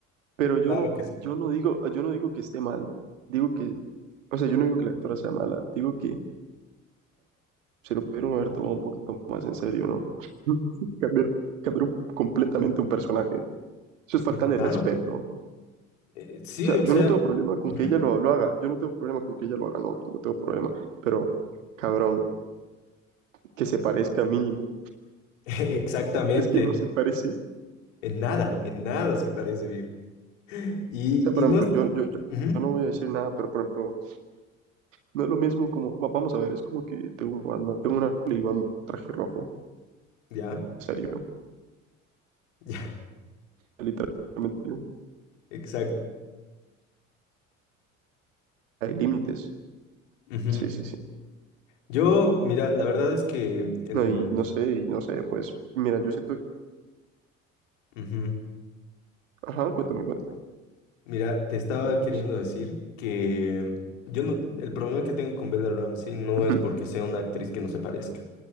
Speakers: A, on the right (about 70°); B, on the left (about 70°).
A: Pero yo
B: Claro
A: no,
B: que sí.
A: yo no digo, yo no digo que esté mal. Digo que, o sea, yo no digo que la actora sea mala. Digo que se lo pudieron haber tomado un poquito más en serio, ¿no? <laughs> Cambiar, cambiar un- completamente un personaje. Eso
B: Eh,
A: es falta
B: Pero claro,
A: de respeto. O
B: eh, sí,
A: sea,
B: o
A: yo
B: sea,
A: no tengo problema con
B: Ujú.
A: que ella lo, lo haga. Yo no tengo problema con que ella lo haga, no, no tengo problema. Pero, cabrón, que se parezca mínimo.
B: <laughs> exactamente,
A: Es que no se parece.
B: en nada, en nada se parece, viejo. Y,
A: O sea, por
B: y no
A: ejemplo,
B: es...
A: yo, yo, yo,
B: Ujú,
A: yo no voy a decir nada, pero por ejemplo, no es lo mismo como, va- vamos a ver, es como que tengo, una- ¿no? tengo una y un traje rojo,
B: ya,
A: en serio,
B: ya,
A: literalmente,
B: <laughs> exacto.
A: hay límites.
B: Ujú.
A: Sí, sí, sí.
B: Yo, mira, la verdad es que el...
A: No, y no sé, y no sé, pues mira, yo siento,
B: ujú,
A: ajá, cuéntame, cuéntame.
B: Mira, te estaba
A: No, pues,
B: queriendo decir que yo no- el problema que tengo con Bella Ramsey no
A: ujú.
B: es porque sea una actriz que no se parezca,